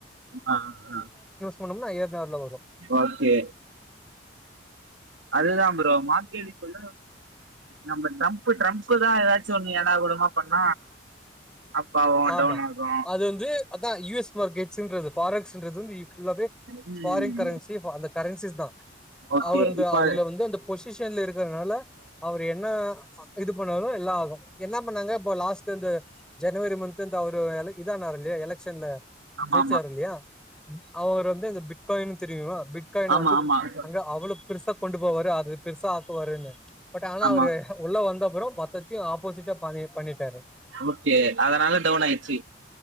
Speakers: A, on the right; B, in the centre.
A: ஆ ஆ ஆ
B: போனம்னா ஏர்நார்ல வரு
A: ஓகே அதுதா ப்ரோ மாத்தி எடுக்குள்ள நம்ப ட்ரம்ப் ட்ரம்ப் தா ஏதாச்சு ஒண்ணு எடக்கூடாமா பண்ண அப் ஆவு
B: ஆமா
A: டவுன் ஆகு
B: அது வந்து அதா யு எஸ் மார்க்கெட் ஸுன்றது ஃபாரஸ்ன்றது வந்து இ ஃபுல்லவே
A: ம்
B: ஃபாரின் கரன்சி ஃப அந்த கரன்சிஸ் தா
A: ஓகே
B: அவந்து
A: இப்ப
B: அதுல
A: அது
B: வந்து அந் பொசிஷன்ல இருகறனால அவுரு என்ன இது பண்ணாலு எல்லா ஆகு என்ன பண்ணாங்க இப்போ லாஸ்ட் இந்த ஜனவரி மந்த்து இந்த அவுரு எலக் இதனாரு இல்லையா எலக்சன்ல
A: ஆமா
B: ஜெயிச்சாருல்லிய அவுரு வந்து இந்த பிட்காயின்னு தெரியுல பிட்காயின
A: ஆமா
B: வந்துப்
A: ஆமா ஆமா
B: அங்க அவ்ளோ பெருசா கொண்டு போவாரு அது பெருசா ஆக்குவாருன்னு பட் ஆனா
A: ஆமா
B: அவ்ரு உள்ள வந்தப்பறோ மொத்தத்தியு ஆப்போசிட்டா பண்ணி பண்ணிட்டாரு
A: ஓகே அதனால டவுன் ஆயிச்சு